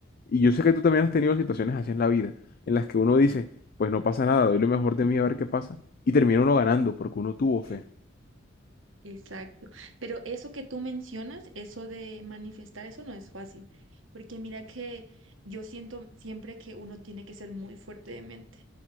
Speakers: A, on the left; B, on the right.
A: Y yo sé que tú también has tenido situaciones así en la vida, en las que uno dice, pues no pasa nada, doy lo mejor de mí a ver qué pasa. Y termina uno ganando porque uno tuvo fe.
B: Sí. Exacto. Pero eso que tú mencionas, eso de manifestar, eso no es fácil. Porque mira que yo siento siempre que uno tiene que ser muy fuerte de mente.